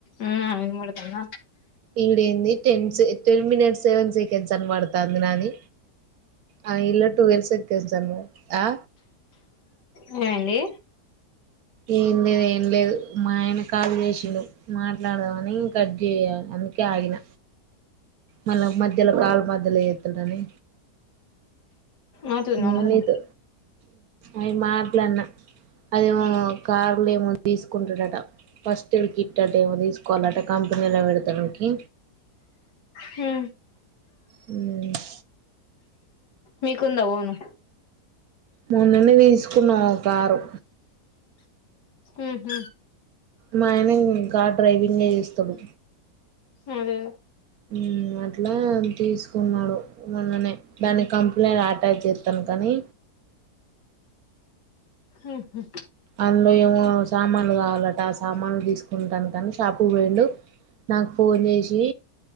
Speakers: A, on the left; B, on the right.
A: ఉం ఎం గోడుతన
B: ఈడేంది tense ten minutes seven seconds అని పడతాంది నాది ఆ ఇల్లా టూవెల్ సెంకడ్స్ అని పడ ఆ
A: ఏమైండి
B: ఏం లేదు ఏం లేదు మా ఆయన కాల్ చేసిండు మాట్లాడదామని కట్ చేయా అందుకే ఆగిన మళ్ళా మధ్యలో కాలు మధ్యలో చేత్తడని
A: అవుతుందా
B: ఉ
A: మరి
B: నీతో అయి మాట్లాడిన అదేమో కార్లు ఏమో తీసుకుంటడట ఫస్ టెవి కిట్ అంట ఏమో తీసుకోవాలంట కంపెనీలా పెడతానికి
A: హ్మ్
B: హ్మ్
A: మీకుందా ఓను
B: మొన్ననే తీసుకున్నాం ఒ కారు
A: ఉహ్
B: మా ఆయన ఇం కార్ డ్రైవింగే చేస్తడు.
A: అదేదే
B: హ్మ్ అట్లా తీసుకున్నాడు మొన్ననే దాన్ని కంప్లేన్ అటాచ్ చేత్త కానీ
A: హ్మ్ హు
B: అందులో ఏమో సామాన్లు కావాలట ఆ సామానులు తీసుకుంటానికి అనీ షాపుకు పోయిండు. నాకు ఫోన్ చేసి